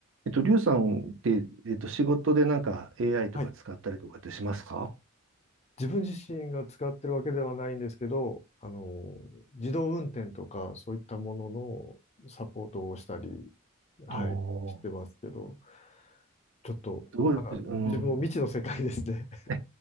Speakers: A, on the right; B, on the left.
A: えっと、リュウさんって、えっと、仕事でなんか AI とか使ったりとかってしますか
B: はい。自分自身が使ってるわけではないんですけど、あの、自動運転とかそういったもののサポートをしたり、はい、
A: おお
B: してますけど、ちょっと、
A: ー、すごい、
B: まだ自分も未知の世界ですね。
A: うん。<laughs>